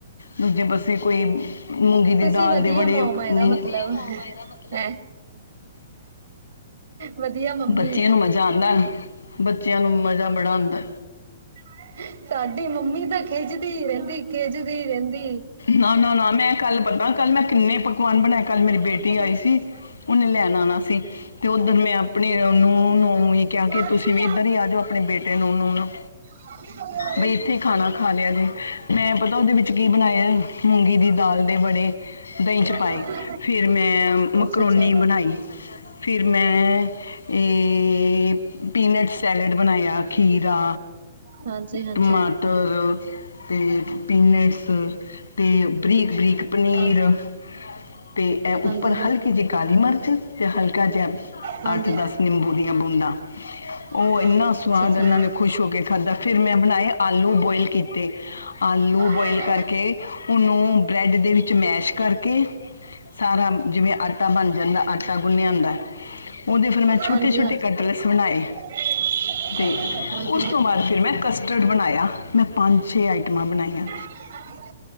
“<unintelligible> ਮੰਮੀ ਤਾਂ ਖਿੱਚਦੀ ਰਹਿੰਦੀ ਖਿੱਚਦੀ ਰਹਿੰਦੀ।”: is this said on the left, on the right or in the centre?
Right